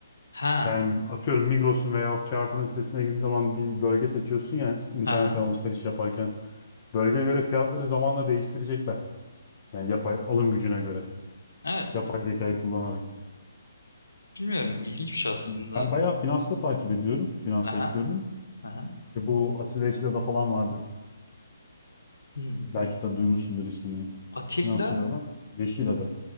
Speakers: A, on the left (about 70°); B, on the left (about 30°).
A: Ha.
B: Yani atıyorum Migros'un veya Carrefour'un sitesine girdiğin zaman bir bölge seçiyorsun ya internetten
A: Ha ha.
B: alışveriş yaparken. Bölgeye göre fiyatları zamanla değiştirecekler. Yani yapay alım gücüne göre.
A: Evet.
B: Yapay zekayı kullanarak.
A: Bilmiyorum ilginç bir şey aslında.
B: Ben bayağı finansı da takip ediyorum. Finans
A: Ha
B: sektörünün.
A: ha. Ha ha.
B: E bu Atilla Yeşilada falan vardır.
A: Hmm.
B: Belki de duymuşsundur ismini.
A: Atilla?
B: Finansçı bir adam. Yeşilada.